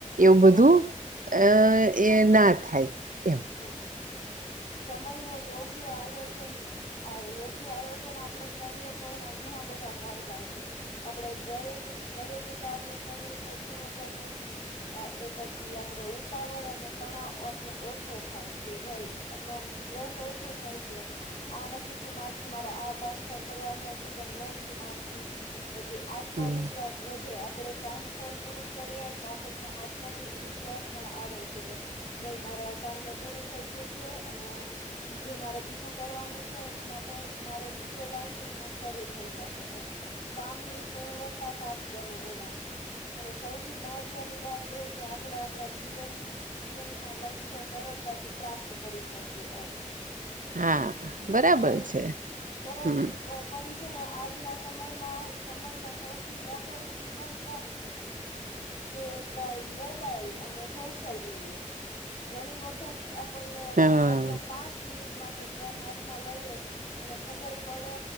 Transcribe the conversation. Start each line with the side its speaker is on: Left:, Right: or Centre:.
Right: એવું
Left: હા
Right: બધું અ એ ના થાય એમ
Left: હમ સમય નો યોગ યોગ્ય આયોજન યોગ્ય આયોજન આપડે કરીએ તો એના ઘણા બધા ફાયદા છે આપડે દરેક દરેક કાર્ય સમયસર પૂરું કરીએ એ પછી આપણેે ઉતાવળ અને તણાવ આપને ઓછો થાય કે ભાઈ આપને આમ સ્ટ્રેસ ઓછું થાય કે આ નથી મારથી મારે આ ટાઈમ સર કરવાનું હતું પણ ન થયું મારથી પછી આત્મવિશ્વાસ
Right: હમ.
Left: વધે આપડે ટાઈમ સર પૂરું કરીએ એટલે આપણને આત્મ વિશ્વાસ પણ આવે કે નહી મારા ટાઈમે પૂરું થઈ ગયું છે અને જે મારે બીજું કરવાનું છે એની માટે મારો બીજો ટાઈમ પિસ શરૂ થઈ જશે એમ કામની ગુણવત્તા સારી બને એનાથી અને સૌથી મહત્વની વાત એ કે આપણેે આપણા જીવન જીવનના લક્ષ ક્ષ સરળતાથી પ્રાપ્ત કરી શકે એમ
Right: હા બરાબર
Left: પન
Right: છે
Left: પરન
Right: હમ
Left: અ પન છે, ને આજના સમયમાં સમયનો સૌથી મોટો દુશ્મન કોણ છે? કે ભાઈ મોબાઈલ અને સોશિયલ મીડિયા ઘણી વખત આપણને
Right: હા.
Left: માત્ર પાંચ મિનિટ માટે ફોન હાથમાં લઈએ અને ખબર પડે